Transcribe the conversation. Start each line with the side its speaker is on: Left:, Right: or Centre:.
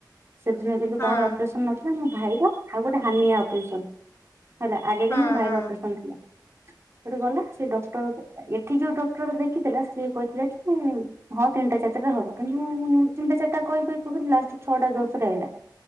Right: ସେଦିନ କିନ୍ତୁ କାହାର
Left: ହଁ
Right: ଅପରେସନ୍‌ ନ ଆମ ଭାଇର, ଆଉ ଗୋଟେ ହାନିଆ ଅପ୍ରେସନ୍‌। ହେଲା, ଆଗେ
Left: ହଁ
Right: କିନ୍ତୁ ମୋ
Left: ହଁ ହଁ ହଁ ହଁ ହଁ ହଁ ହଁ
Right: ଭାଇର ଅପ୍ରେସନ୍‌ ଥିଲା। ଗଲା ସେ ଡ଼କ୍ଟର ଏଠି ଯଉ ଡ଼କ୍ଟର ଦେଖିଥିଲା, ସିଏ କହିଥିଲା କି - ହଁ! ତିନିଟା ଚାରିଟା ହବ, କିନ୍ତୁ ତିନିଟା ଚାରିଟା କହି ଲାଷ୍ଟେ ଛଅଟା ଦଶଟା ହେଲା।